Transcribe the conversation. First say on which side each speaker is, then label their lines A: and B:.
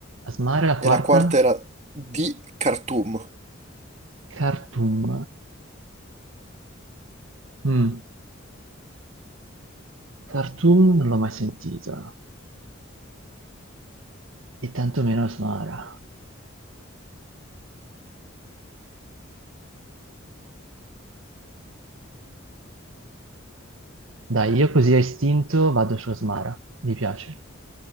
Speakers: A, on the right; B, on the right.
A: Asmara, la
B: E
A: quarta?
B: la quarta era di Khartoum.
A: Khartoum. Mm. Khartoum non l'ho mai sentita e tantomeno Asmara. Dai, io così a istinto vado su Asmara. Mi piace.